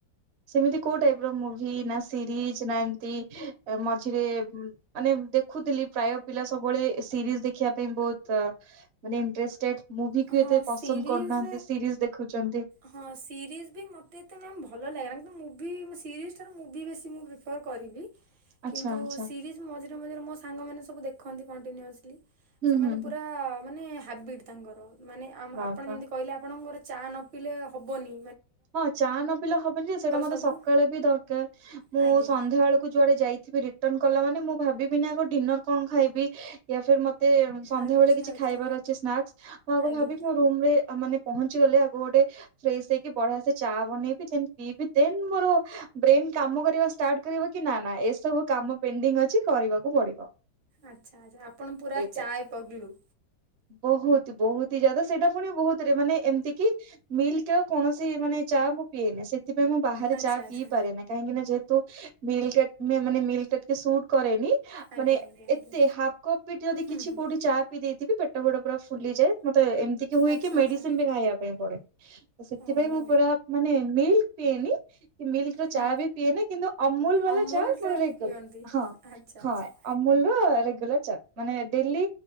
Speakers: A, on the right; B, on the right.
A: ସେମିତି କୋଉ ଟାଇପ୍ ର ମୁଭି ନା ସିରିଜ ନା ଏମତି ମଝିରେ ମାନେ ଦେଖୁଥିଲି ପ୍ରାୟ ପିଲା ସବୁବେଳେ ସିରିଜ ଦେଖିବା ପାଇଁ ବହୁତ ମାନେ ଇଣ୍ଟେଷ୍ଟେଡ। ମୁଭିକୁ
B: ହଁ
A: ଏତେ
B: ସିରିଜ
A: ପସନ୍ଦ କରୁନାହାନ୍ତି ସିରିଜି ଦେଖୁଚନ୍ତି।
B: ହଁ, ସିରିଜ ବି ମୋତେ ଏତେ ମ୍ୟାମ୍ ଭଲ ଲାଗେନା କିନ୍ତୁ ମୁଭି ସିରିଜ୍ ମୁଭି ବେଶୀ ମୁଁ ପି ଫର୍ କରିବି। କିନ୍ତୁ
A: ଆଚ୍ଛା ଆଚ୍ଛା
B: ସିରିଜ୍ ମଝିରେ ମଝିରେ ମୋ ସାଙ୍ଗମାନେ ସବୁ ଦେଖନ୍ତି କଣ୍ଟିନ୍ୟୁସଲି।
A: ହୁଁ
B: ସେମାନେ
A: ହୁଁ।
B: ପୁରା ମାନେ ହାବିଟ ତାଙ୍କର ମାନେ
A: ବାବା
B: ଆପଣ ଯେମିତି କହିଲେ ଆପଣଙ୍କର ଚା ନ ପିଇଲେ ହବନି।
A: ହଁ ଚାହା ନ ପିଇଲେ ହବନି ଯେ ସେଇଟା ମତେ
B: ସବୁ
A: ସକାଳେ ବି ଦରକାର। ମୁଁ
B: ଆଜ୍ଞା।
A: ସନ୍ଧ୍ୟାବେଳକୁ ଯୁଆଡେ ଯାଇଥିବି‌ ରି ଟନ୍ କଲା ମାନେ ମୁଁ ଭାବିବିନି ଆଗ ଡିନର୍ କଣ ଖାଇବି ୟା ଫିର୍ ମତେ ସନ୍ଧ୍ୟା
B: ଆଚ୍ଛା
A: ବେଳେ କିଛି
B: ଆଚ୍ଛା
A: ଖାଇବାର ଅଛି ସ୍ନାକ୍ସ, ମୁଁ ଆଗ
B: ଆଜ୍ଞା।
A: ଭାବିବି ମୋ ରୁମ୍ ରେ ଆ ମାନେ ପହଞ୍ଚିଗଲେ ମୁଁ ଗୋଟେ ଫ୍ରେସ୍ ହେଇ ବଢିଆ ସେ ଚା ବନେଇବି ଦେନ୍ ପିଇବି ଦେନ୍ ମୋର ବ୍ରେନ କାମ କରିବା ଷ୍ଟାର୍ଟ କରିବ କି ନା ନା ଏସବୁ କାମ ପେଣ୍ଡିଙ୍ଗ୍ ଅଛି କରିବାକୁ ପଡିବ।
B: ଆଚ୍ଛା ଆଚ୍ଛା ଆପଣ ପୁରା
A: ଏଇଟା।
B: ଚାୟ ପଗଲୁ।
A: ବହୁତ ବହୁତ ହି ଯ୍ୟାଦା। ସେଇଟା ପୁଣି ବହୁତରେ ମାନେ ଏମିତି କିି ମିଲ୍କ୍ ଆଉ କୌଣସି ମାନେ ଚା ମୁଁ ପିଏନି। ସେଥିପାଇଁ ମୁଁ ବାହାରେ
B: ଆଚ୍ଛା
A: ଚା
B: ଆଚ୍ଛା।
A: ପିଇ ପାରେ ନାହିଁ। କାହିଁକି ନା ଯେହେତୁ ମିଲ୍କ୍ ଗା ମାନେ ମିଲ୍କ୍ ଟା ଟିକେ ସୁଟ୍ କରେନି
B: ଆଜ୍ଞା
A: ମାନେ
B: ଆଜ୍ଞା ଆଜ୍ଞା
A: ଏତେ ହାଫ୍ କପ୍ ବି ଯଦି
B: ହୁଁ
A: କିଛି
B: ହୁଁ।
A: କୋଉଠି ଚା ପିଇ ଦେଇଥିବି ପେଟ ଫେଟ ପୁରା ଫୁଲିଯାଏ। ମତେ ଏମିତି କି ହୁଏ
B: ଆଚ୍ଛା
A: କି
B: ଆଚ୍ଛା
A: ମେଡ଼ିସିନ୍ ବି ଖାଇବା ପାଇଁ ପଡେ। ସେଥିପାଇଁ
B: ଓହୋ।
A: ମୁ ପୁରା ମାନେ ମିଲ୍କ୍ ପିଏନି। ମିଲ୍କ୍ ର
B: ହୁଁ,
A: ଚା ବି ପିଏନି କିନ୍ତୁ ଅମୁଲ୍ ବାଲା
B: ଅମୁଲଟା
A: ଚା ମୋର ରେଗୁଲାର
B: ପିଅନ୍ତି
A: ହଁ।
B: ଆଚ୍ଛା
A: ହଁ
B: ଆଚ୍ଛା।
A: ଅମୁଲ୍ ର ରେଗୁଲାର ଚା ମାନେ ଡେଲି